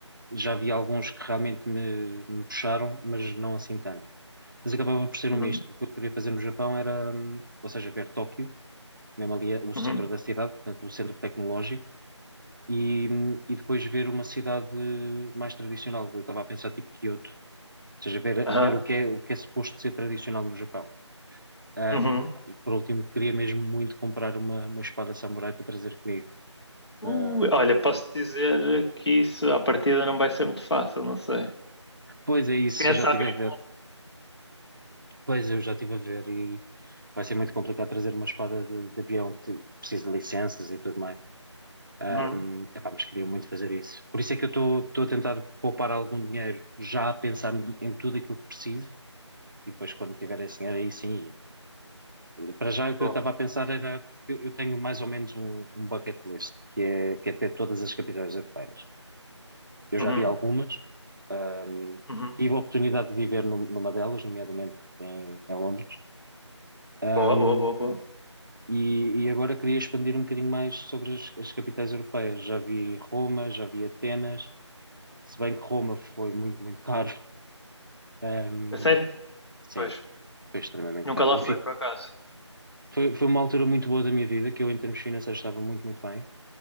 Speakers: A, on the right; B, on the left.
A: já vi alguns que realmente me, me puxaram, mas não assim tanto. Mas acabava por ser
B: Uhum.
A: um misto. O que eu queria fazer no Japão era, hum, ou seja, ver Tóquio, mesmo ali eh, o centro
B: Uhum.
A: da cidade, portanto, o centro tecnológico e, e depois ver uma cidade mais tradicional. Eu estava a pensar tipo Kyoto, ou seja, ver,
B: Aham.
A: ver o que é, o que é suposto ser tradicional no Japão. Ahm,
B: Uhum.
A: epá, e por último, queria mesmo muito comprar uma, uma espada samurai para trazer comigo.
B: Uh,
A: Ah,
B: olha, posso dizer que isso à partida não vai ser muito fácil, não sei.
A: pois é isso,
B: Conhece
A: eu já estive
B: alguém?
A: a ver. Pois eu já estive a ver e vai ser muito complicado trazer uma espada de, de avião que precisa de licenças e tudo mais. Ahm,
B: Uhum.
A: epá, mas queria muito fazer isso. Por isso é que eu estou a tentar poupar algum dinheiro, já a pensar em tudo aquilo que preciso, e depois quando tiver esse dinheiro aí sim Para já, o que
B: Boa.
A: eu estava a pensar era, eu, eu tenho mais ou menos um, um bucket list, que é, que é ter todas as capitais europeias. Eu já
B: Uhum.
A: vi algumas, hum,
B: Uhum.
A: tive a oportunidade de viver num- numa delas, nomeadamente em, em Londres, Ahm,
B: Boa, boa, boa, boa.
A: e, e agora queria expandir um bocadinho mais sobre as, as capitais europeias. Já vi Roma, já vi Atenas, se bem que Roma foi muito, muito caro. Ahm,
B: É sério?
A: sim,
B: Pois.
A: foi extremamente
B: Nunca
A: caro.
B: lá
A: Eu
B: fui,
A: fico,
B: por acaso.
A: foi, foi uma altura muito boa da minha vida, que eu, em termos financeiros, estava muito, muito bem.